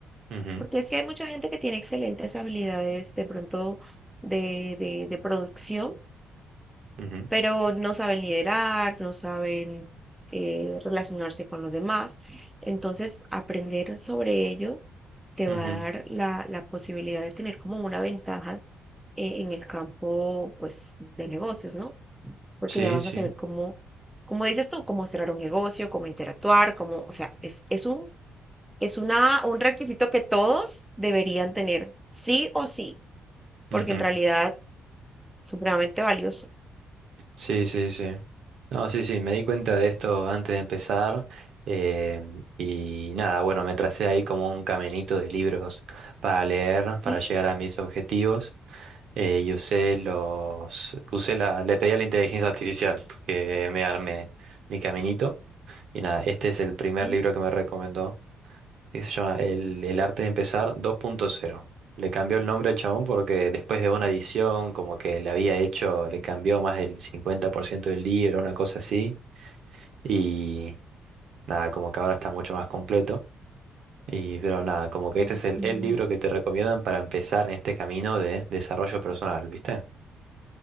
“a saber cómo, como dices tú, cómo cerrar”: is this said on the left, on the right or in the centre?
Centre